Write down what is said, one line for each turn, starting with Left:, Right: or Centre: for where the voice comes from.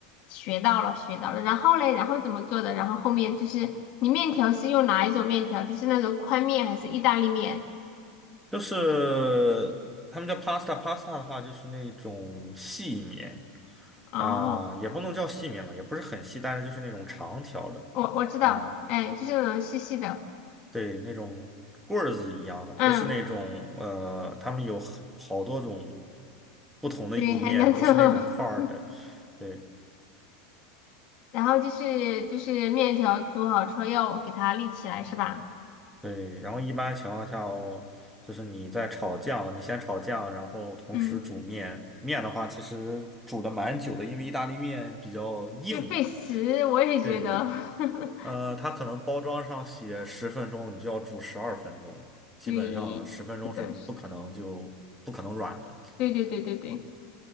Left: 学到了，学到了。然后嘞，然后怎么做的？然后后面就是你面条是用哪一种面条？就是那种宽面还是意大利面？
Centre: 就是他们叫 pasta，pasta 的话就是那种细面
Left: 哦，
Centre: 啊、也不能叫细面嘛，也不是很细，但是就是那种长条的。
Left: 我我知道，
Centre: 啊。
Left: 哎，就是那种细细的，
Centre: 对，那种棍儿子一样的，
Left: 嗯，
Centre: 不是那种呃，他们有好好多种不同的意面，
Left: 对，很难做。
Centre: 不是那种块儿的。
Left: <laughs>
Centre: 对
Left: 然后就是就是面条煮好之后要给它立起来，是吧？
Centre: 对，然后一般情况下哦，就是你在炒酱，你先炒酱，然后同时煮面。
Left: 嗯，
Centre: 面的话，其实煮的蛮久的，因为意大利面比较硬。
Left: 就是费时，我也觉得，
Centre: 对对，
Left: <laughs>
Centre: 呃，它可能包装上写十分钟，你就要煮十二分钟，基本上十分钟是不可能就不可能软的。
Left: 对，是的，是的，对对对对对。